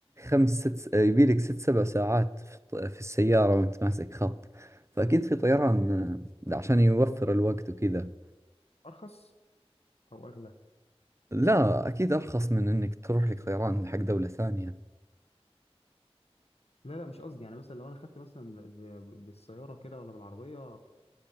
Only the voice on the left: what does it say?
ارخص او اغلى
لا لا مش قصدي يعني مثلا لو انا خدت مثلا ب- ب- بالسياره كده ولا بالعربيه